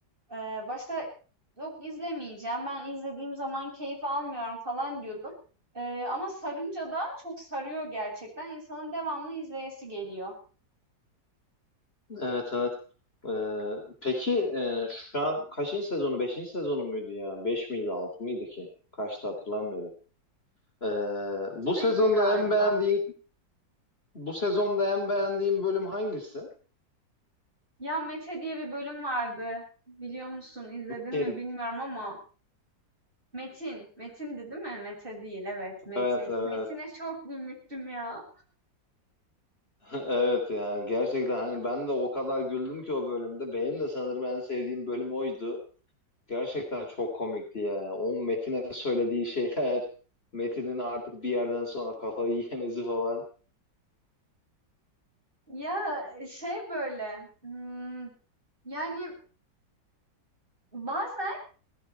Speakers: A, on the right (about 25°); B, on the left (about 30°).
A: Eee, başta "Yok, izlemeyeceğim, ben izlediğim zaman keyif almıyorum." falan diyordum. Eee, ama sarınca da çok sarıyor gerçekten. İnsanın devamlı izleyesi geliyor.
B: Evet evet. E, peki e, şu an kaçıncı sezonu? Beşinci sezonu muydu ya? Beş miydi altı mıydı ki? Kaçtı hatırlamıyorum. E, bu
A: Neydi
B: sezonda
A: galiba,
B: en beğendiğin bu sezonda en beğendiğin bölüm hangisi?
A: Ya Mete diye bir bölüm vardı. Biliyor musun, izledin
B: Kim?
A: mi bilmiyorum ama Metin, Metin'di değil mi? Mete değil, evet, Metin.
B: Evet evet.
A: Metin'e çok gülmüştüm ya.
B: <laughs> Evet ya gerçekten hani ben de o kadar güldüm ki o bölümde. Benim de sanırım en sevdiğim bölüm oydu. Gerçekten çok komikti ya. O Metin'e söylediği şeyler, Metin'in artık bir yerden sonra kafayı <laughs> yemesi falan.
A: Ya, şey, böyle, ımm, yani, bazen